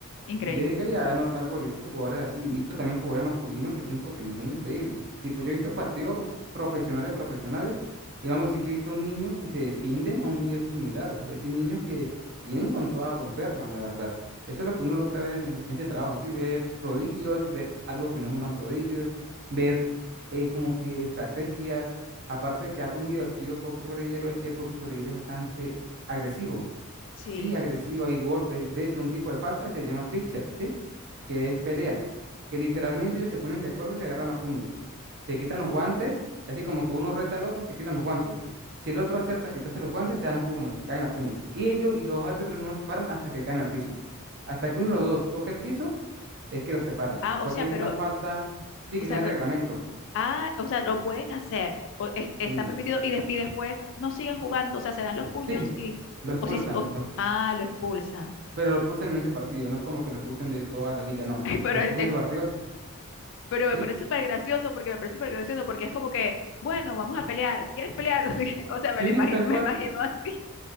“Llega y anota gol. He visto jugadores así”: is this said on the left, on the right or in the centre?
Right